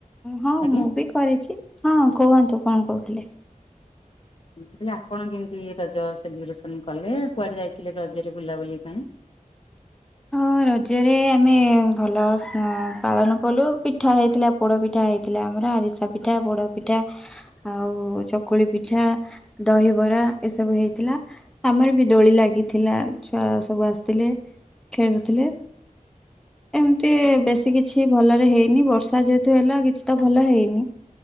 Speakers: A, in the centre; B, on the left (about 40°).
A: ହଁ
B: ଆଜ୍ଞା
A: ମୁଁ ବି କରିଚି ହଁ କୁହନ୍ତୁ କଣ କହୁଥିଲେ।
B: <unintelligible> ଆପଣ କେମିତି ରଜ ସେଲିବ୍ରେସନ୍ କଲେ, କୁଆଡେ ଯାଇଥିଲେ ରଜରେ ବୁଲାବୁଲି ପାଇଁ?
A: ହଁ ରଜରେ ଆମେ ଭଲ ପାଳନ କଲୁ ପିଠା ହେଇଥିଲା। ପୋଡ଼ ପିଠା ହେଇଥିଲା ଆମର ଆରିସା ପିଠା ପୋଡ଼ ପିଠା ଆଉ ଚକୁଳି ପିଠା, ଦହିବରା ଏସବୁ ହେଇଥିଲା। ଆମର ବି ଦୋଳି ଲାଗିଥିଲା ଛୁଆ ସବୁ ଆସିଥିଲେ। ଖେଳୁଥିଲେ। ଏମ୍ତି ବେଶୀ କିଛି ଭଲରେ ହେଇନି, ବର୍ଷା ଯେହେତୁ ହେଲା କିଛି ତ ଭଲ ହେଇନି।